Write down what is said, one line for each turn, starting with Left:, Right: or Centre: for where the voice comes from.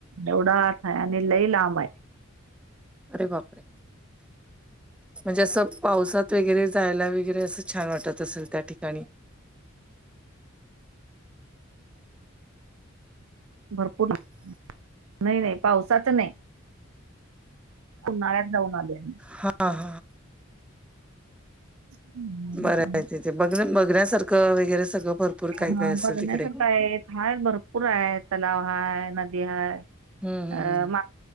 Right: एवढ आत आहे आणि लई लांब आहे
Centre: अरे बापरे म्हणजे असं पावसात वगैरे जायला वगैरे असं छान वाटत असेल त्या ठिकाणी
Right: भरपूर नाही नाही नाही पावसाच नाही उन्हाळ्यात जाऊन आलोय आम्ही
Centre: हा
Right: आम्ही
Centre: बर आहे तिथ बघ बघण्यासारखं वगैरे सगळं भरपूर काय
Right: हा
Centre: काय असेल
Right: बघण्यासारखं
Centre: तिकडे.
Right: आहे हाय भरपूर आहे तलाव हाय नदी हाय
Centre: हम्म हम्म
Right: अ
Centre: हम्म.
Right: मा